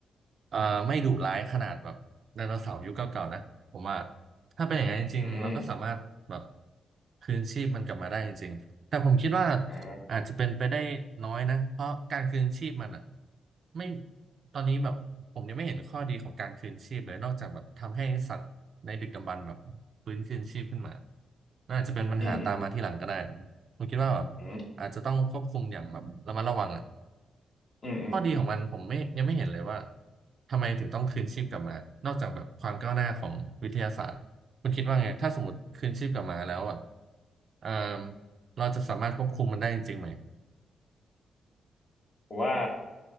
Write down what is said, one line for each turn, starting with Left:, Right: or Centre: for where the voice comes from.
Right: อ่าไม่ดุร้ายขนาดแบบไดโนเสาร์ยุคเก่าๆนะผมว่าถ้าเป็นอย่างนั้นจริงๆเราก็สามารถแบบ
Left: อืม
Right: คืนชีพมันกลับมาได้จริงๆแต่ผมคิดว่า
Left: อ่า
Right: อาจจะเป็นไปได้น้อยนะเพราะการคืนชีพมันอ่ะไม่ตอนนี้แบบผมยังไม่เห็นข้อดีของการคืนชีพเลยนอกจากแบบทำให้สัตว์ในดึกดำบรรพ์แบบฟื้นคืนชีพขึ้นมา น่าจะเป็นปัญหาตามมาทีหลังก็ได้
Left: อืมอืม
Right: ผมคิดว่าแบบ
Left: อืม
Right: อาจจะต้องควบคุมอย่างแบบระมัดระวังอ่ะ
Left: อืมอืมอืม
Right: ข้อดีของมันผมไม่ยังไม่เห็นเลยว่าทำไมถึงต้องคืนชีพกลับมา นอกจากแบบความก้าวหน้าของวิทยาศาสตร์คุณคิดว่าไงถ้าสมมติคืนชีพกลับมาแล้วแบบเอ่อเราจะสามารถควบคุมมันได้จริงๆไหม
Left: ผมว่า